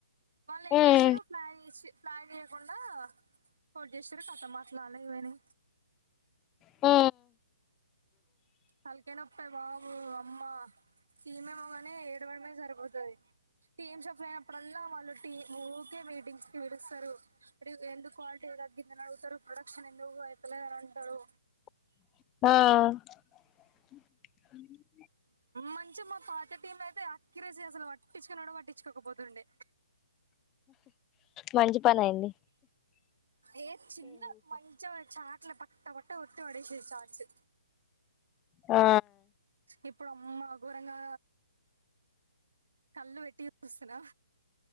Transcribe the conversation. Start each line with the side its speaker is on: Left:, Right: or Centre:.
Right: వాళ్ళు ఏం
Left: ఉమ్
Right: చేశారు ఒక మ్యారేజ్ ప్లాన్ చేయకుండా చోటు చేస్తారు కథ మాట్లాడాలవనా
Left: ఆ
Right: హల్కే నొప్పే బాబు అమ్మ సీమే మగానే ఏడవడమే సరిపోతుది టీమ్ షప్ అయినప్పుడల్ వాళ్ళు టీ ఊకే మీటింగ్స్ కి విడుస్తారురి ఎందుకు కాల అ్గింద నడుగుతారు ప్రొక్షన్ ఎందువుతల న అతాడు
Left: ఆా
Right: మంచిగా మా పాత టీం అయితే అకిరేసి అసలు పట్టించుకనిడం పట్టించుకోకపోతుండే
Left: మంచి పని అయిడి
Right: ఏ చిన్న మంచి చార్ట్ల పక్క పట్ట ఒట్ పడస చార్ట్స్
Left: ఆ
Right: ఇప్పుడు అమ్మ ఒకరంగా కళ్ళు పెట్టి చూస్తున్నా